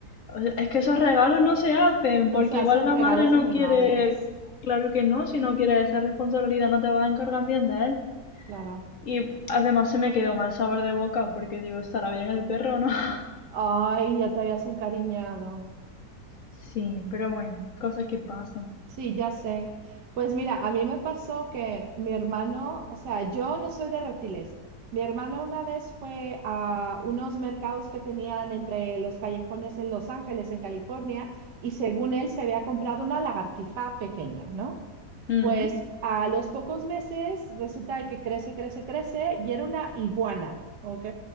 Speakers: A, on the left; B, on the right.
A: O sea, Es que esos regalos no se hacen
B: No
A: porque
B: se hacen
A: igual la
B: regalos
A: madre no
B: de animales,
A: quiere, claro que no, si no quiere esa responsabilidad no te vas a encargar bien de él.
B: claro.
A: Y además se me quedó mal sabor de boca porque digo, ¿estará bien el perro o no? <laughs>
B: Ay, ya te habías encariñado.
A: Sí, pero bueno, cosas que pasan.
B: Sí, ya sé. Pues mira, a mí me pasó que mi hermano, o sea, yo no soy de reptiles. Mi hermano una vez fue a unos mercados que tenían entre los callejones en Los Ángeles, en California, y según él se había comprado una lagartija pequeña, ¿no?
A: Mm,
B: Pues a los pocos meses resulta que crece, crece, crece y era una iguana, ¿ok?